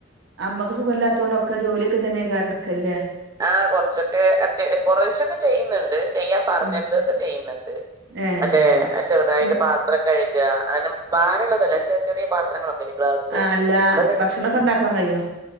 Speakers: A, on the right; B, on the right.
A: അമ്മക്ക് സുഖല്ലാത്തോണ്ട് ഒക്കെ ജോലിക്കെ ഇജെന്നേക്കാരം എടുക്കല്ലെ?
B: ആ കൊറച്ചൊക്കെ അത്യാ കുറെശൊക്കെ ചെയ്യുന്നുണ്ട്. ചെയ്യാൻ പറഞ്ഞട്ടൊക്കെ
A: ഉം
B: ചെയ്യുന്നുണ്ട്
A: ഏഹ്
B: മറ്റേ ചെറുതായിട്ട്
A: ന്ന്
B: പാത്രം കഴുക അങ്ങനെ പരംഉള്ളതല്ല ചെർ ചെറിയ പാത്രങ്ങളൊക്കെ <unintelligible>
A: ആഹ് അല്ല
B: അതൊക്കെ
A: ഭക്ഷണൊക്കെ
B: ആഹ്
A: ഉണ്ടാക്കാൻ കഴിയോ